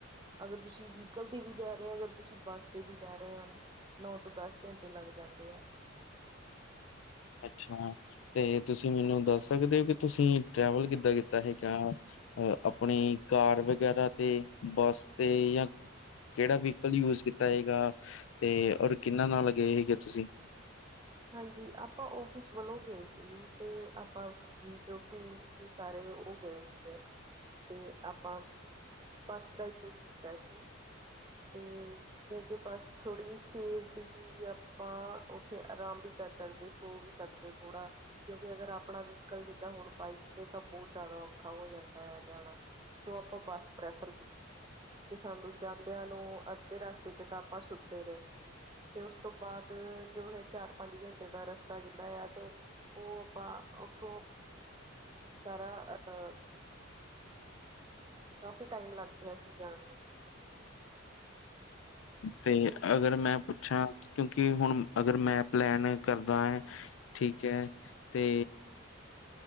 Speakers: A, on the right; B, on the left.
A: ਅਗਰ ਤੁਸੀਂ ਵਹੀਕਲ ਤੇ ਵੀ ਜਾ ਰਹੇ ਹੋ ਅਗਰ ਤੁਸੀਂ ਬੱਸ ਤੇ ਵੀ ਜਾ ਰਹੇ ਹਨ ਨੌ ਤੋਂ ਦਸ, ਘੰਟੇ ਲੱਗ ਜਾਂਦੀ ਆ।
B: ਅੱਛਾ ਤੇ ਤੁਸੀਂ ਮੈਨੂੰ ਦੱਸ ਸਕਦੇ ਹੋ ਕਿ ਤੁਸੀਂ ਟ੍ਰੈਵਲ ਕਿੱਦਾਂ ਕੀਤਾ ਹੈਗਾ। ਅਹ ਆਪਣੀ ਕਾਰ ਵਗੈਰਾ ਤੇ, ਬੱਸ ਤੇ ਜਾਂ ਕਿਹੜਾ ਵਹੀਕਲ ਯੂਜ ਕੀਤਾ ਤਾ ਹੈਗਾ, ਤੇ ਔਰ ਕਿੰਨਾ ਨਾਲ ਗਏ ਸੀਗੇ ਤੁਸੀਂ,
A: ਹਾਂਜੀ, ਆਪਾਂ ਔਫਿਸ ਵੱਲੋਂ ਗਏ ਸੀ। ਤੇ ਆਪਾਂ ਜੋ ਕਲੀਗ ਸੀ ਸਾਰੇ ਉਹ ਗਏ ਸੀਗੇ। ਤੇ ਆਪਾਂ ਬਸ ਦਾ ਹੀ ਕੁਛ ਕੀਤਾ ਸੀ। ਕਿਉਂਕਿ ਬਸ ਥੋੜ੍ਹੀ ਜੀ ਸੇਫ ਸੀਗੀ ਆਪਾਂ ਉੱਥੇ ਆਰਾਮ ਵੀ ਕਰ ਸਕਦੇ ਸੋ ਵੀ ਸਕਦੇ ਥੋੜਾ, ਕਿਉਂਕਿ ਅਗਰ ਆਪਣਾ ਵਹੀਕਲ ਜਿੱਦਾਂ ਹੁਣ ਬਾਈਕ ਤੇ ਤਾਂ ਬਹੁਤ ਜ਼ਿਆਦਾ ਔਖਾ ਹੋ ਜਾਂਦਾ ਹੈ ਜਾਣਾਵ ਸੋ ਆਪਾਂ ਬੱਸ ਪ੍ਰੈਫਰ ਕੀਤੀ ਸੀ, ਤੇ ਸਾਨੂੰ ਜਾਂਦਿਆਂ ਨੂੰ ਅੱਧੇ ਰਸਤੇ ਜਿਦਾਂ ਆਪਾਂ ਸੁੱਤੇ ਰਹੇ। ਤੇ ਉਸ ਤੋਂ ਬਾਅਦ ਜੋ ਹੈ ਚਾਰ ਪੰਜ ਘੰਟੇ ਦਾ ਰਸਤਾ ਜਿਹੜਾ ਆ ਤੇ, ਉਹ ਆਪਾਂ ਉੱਥੋਂ, ਸਾਰਾ ਅਹ ਕਾਫ਼ੀ ਟਾਈਮ ਲੱਗ ਰਿਹਾ ਸੀ ਜਾਣ ਨੂੰ।
B: ਤੇ ਅਗਰ ਮੈਂ ਪੁੱਛਾ, ਕਿਉਂਕਿ ਹੁਣ ਅਗਰ ਮੈਂ ਪਲੈਨ ਕਰਦਾ ਹੈ ਠੀਕ ਹੈ, ਤੇ